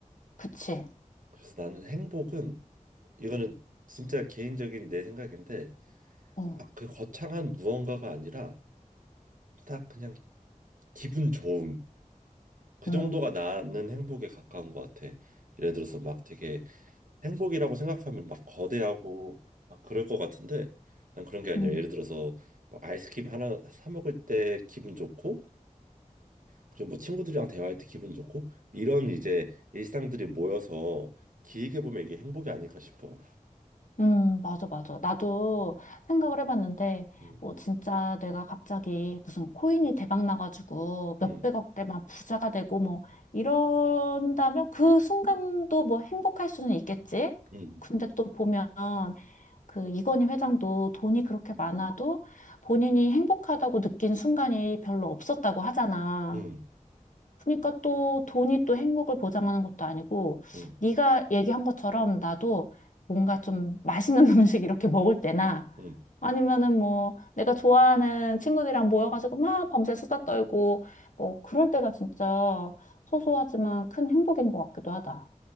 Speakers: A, on the left; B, on the right.
A: 그치.
B: 그래서 나는 행복은 이거는 진짜 개인적인 내 생각인데
A: 어,
B: 막 그 거창한 무언가가 아니라 딱 그냥 기분 좋음. 그
A: 음,
B: 정도가 나는 행복에 가까운 것 같아. 예를 들어서 막 되게 행복이라고 생각하면 막 거대하고 막 그럴 것 같은데 난 그런 게 아니라
A: 음.
B: 예를 들어서 뭐 아이스크림 하나 사 먹을 때 기분 좋고 그리고 뭐 친구들이랑 대화할 때 기분 좋고 이런 이제 일상들이 모여서 길게 보면 이게 행복이 아닐까 싶어.
A: 음, 맞아, 맞아. 나도 생각을 해봤는데,
B: 음,
A: 뭐, 진짜 내가 갑자기 무슨 코인이 대박 나가지고 몇백억대만
B: 음,
A: 부자가 되고 뭐, 이런다면 그 순간도 뭐 행복할 수는 있겠지?
B: 음,
A: 근데 또 보면 그 이건희 회장도 돈이 그렇게 많아도 본인이 행복하다고 느낀 순간이 별로 없었다고 하잖아.
B: 음,
A: 그러니까 또 돈이 또 행복을 보장하는 것도 아니고
B: 음,
A: 네가 얘기한 것처럼 나도 뭔가 좀 맛있는 <laughs> 음식 이렇게 먹을 때나
B: 음.
A: 아니면은 뭐 내가 좋아하는 친구들이랑 모여가지고 막 밤새 수다 떨고 뭐 그럴 때가 진짜 소소하지만 큰 행복인 것 같기도 하다.